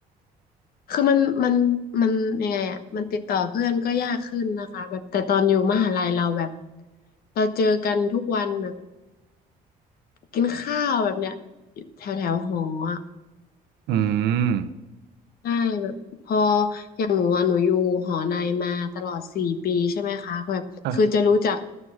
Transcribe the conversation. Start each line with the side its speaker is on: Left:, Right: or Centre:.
Left: คือมันมันมันยังไงอ่ะมันติดต่อเพื่อนก็ยากขึ้นนะคะแบบแต่ตอนอยู่มหาลัยเราแบบเราเจอกันทุกวันแบบกินข้าวแบบเนี้ยแถวแถวหออ่ะ
Right: อืม
Left: ใช่แบบพออย่างหนูอะหนูอยู่หอในมาตลอดสี่ปีใช่ไหมคะแบบคือจะรู้จัก
Right: อ่ะ